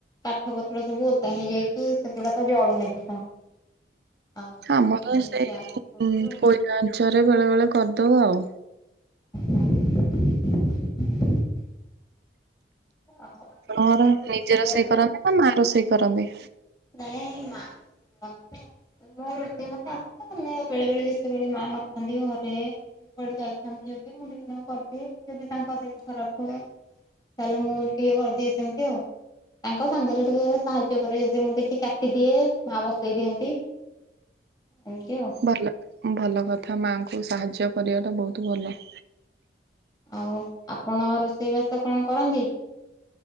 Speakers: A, on the left; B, on the right.
A: ପଠ ପତ୍ର ସବୁ ଓଦା ହେଇଯାଇକି ସେଗୁଡାକ ଜଳୁନି ବି। ଆଉ
B: ଆମର
A: ସେଥିପାଇଁ
B: ସେ
A: ଗ୍ୟାସ କରୁଛୁ
B: କୋଇଲାଞ୍ଚରେ ବେଳେ ବେଳେ କରିଦଉଆଉ।
A: <inaudible> ଆଉ ଆପଣଙ୍କୁ
B: ଆପଣଙ୍କର
A: କଣ ସବୁ
B: ନିଜେ ରୋଷେଇ
A: ଆସେ?
B: କରନ୍ତି ନା ମା ରୋଷେଇ କରନ୍ତି।
A: ନାଇଁ ମା ରୋଷେଇ କରନ୍ତି ଆ ମୋ ରୋଷେଇ ମତେ ଆସିିବ। ବେଳେ ବେଳେ ଯେତେବେଳେ ମା ନଥାନ୍ତି ଘରେ ଆଡେ ଯାଇଥାନ୍ତି ଯଦି ମୁଁ ଦ କରିଦିଏ ଯଦି ତାଙ୍କ ଦେହ ଖରାପ ହୁଏ। ତାହେଲେ ମୁଁ ଟିକେ କରିଦିଏ ସେମିତି ଆଉ ତାଙ୍କ ସାଙ୍ଗରେ ଟିକେ ସାହାଯ୍ୟ କରିରେ ଯଦି ମୁଁ କିଛି କାଟିଦିଏ ମା ବସେଇ ଦିଅନ୍ତି। ଏମିତି ଆଉ।
B: ଭଲ ଭଲ କଥା ମାଙ୍କୁ ସାହାଯ୍ୟ କରିବା ଟା ବହୁତ ଭଲ।
A: ଆଉ ଆପଣ ରୋଷେଇବାସ କଣ କରନ୍ତି?